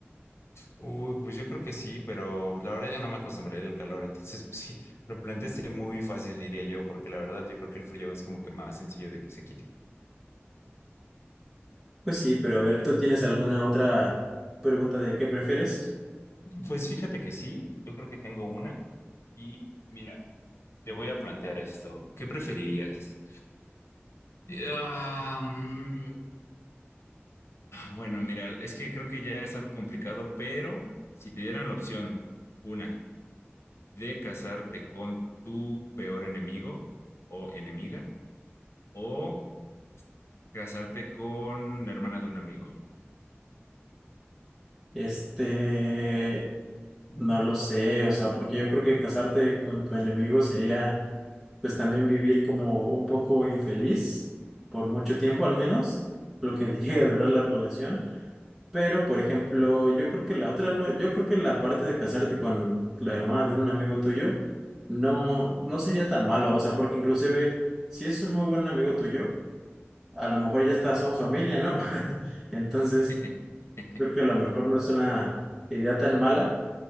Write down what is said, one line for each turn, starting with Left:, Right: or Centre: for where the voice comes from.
Left: Uy, pues yo creo que sí, pero la verdad yo no me acostumbraría al calor, entonces pues sí, lo planteaste muy fácil, diría yo, porque la verdad yo creo que el frío es como que más sencillo de que se quite.
Centre: Pues sí, pero a ver,
Left: Y,
Centre: ¿tú tienes alguna otra pregunta de qué prefieres?
Left: pues fíjate que sí, yo creo que tengo una y mira. Te voy a plantear esto. ¿Qué preferirías? Ah, mm, bueno, mira, es que creo que ya es algo complicado, pero si te dieran la opción, una, de casarte con tu peor enemigo o enemiga, o casarte con la hermana de un amigo.
Centre: Este, no lo sé, o sea, porque yo creo que casarte con tu enemigo sería, pues también vivir como un poco infeliz, por mucho tiempo al menos, lo que <laughs> llega a durar la relación. Pero, por ejemplo, yo creo que la otra no, yo creo que la parte de casarte con la hermana de un amigo tuyo no, no sería tan malo, o sea, porque inclusive si es un muy buen amigo tuyo, a lo mejor ya está, son familia, ¿no? <laughs> Entonces,
Left: <laughs>
Centre: creo que a lo mejor no es una idea tan mala,